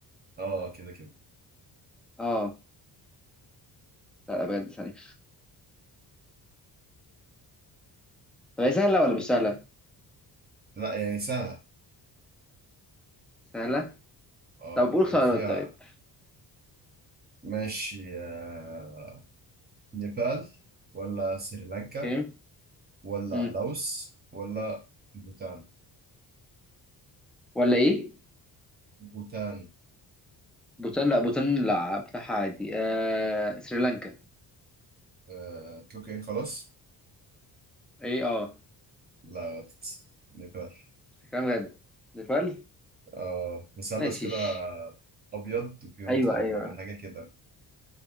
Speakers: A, on the right; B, in the centre.
A: اه كده كده
B: اه لا لا بجد ثانية طب هي سهلة ولا مش سهلة؟
A: لا يعني سهلة
B: سهلة؟
A: اه
B: طب قول
A: يعني
B: خيارات
A: فيها
B: طيب
A: ماشي آه، نيبال ولا سريلانكا
B: اوكي
A: ولا
B: امم
A: لاوس ولا بوتان
B: ولا ايه؟
A: بوتان
B: بوتان لا بوتان لا بتاعها عادي آه سريلانكا
A: آه، تلوكين خلاص
B: ايه اه
A: لا غلط نيبال
B: كلام بجد نيبال
A: اه مثلث
B: ماشي
A: كده أبيض وفيه نقطة
B: ايوه
A: حمراء
B: ايوه
A: بقى، حاجة كده